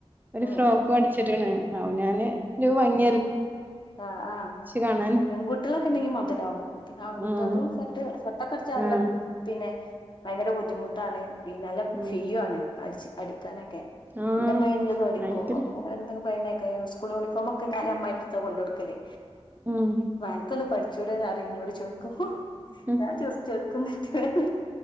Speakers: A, on the right (about 15°); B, on the left (about 45°).
A: ഒരു
B: ഉം
A: ഫ്രോക്ക്
B: ഉം
A: അടിച്ചിട്ടിക്കണ് അവ ഞാന് ഒരു ഭംഗി
B: ആ ആ
A: കാണാൻ
B: പെൺകുട്ടികളൊക്കെ ഉണ്ടെങ്കി മുതലാവും പിന്നെ ആൺകുട്ടെതും
A: ഉം
B: സെറ്റ ഷർട്ടക്കടിച്ച നല്ല
A: ആഹ്
B: പിന്നെ ഭയങ്കര ബുദ്ധിമുട്ടാണ് പിന്നെ നല്ല
A: ഉം
B: ഫീ ആണ് അടിച്ച് അടിക്കാനൊക്കെ
A: ആഹ്
B: എന്റെ മയിൻ്റില് അടിക്കും
A: ഭയങ്കര
B: അപ്പൊങ്ങനോരോന്നൊ അയ്നെക്കായും സ്കൂൾ യൂണിഫോമൊക്കെ ഞാൻ അമ്മായീടെടുത്ത കൊണ്ട് കൊടുക്കല്
A: ഉം
B: വ അനക്കൊന്നു പഠി ച്ചൂടെന്ന് അറി എന്നോട് ചോയ്
A: ഉം
B: ഞാൻ ചിറിച്ചെടുക്കും എന്നിട്ടേ വേഗം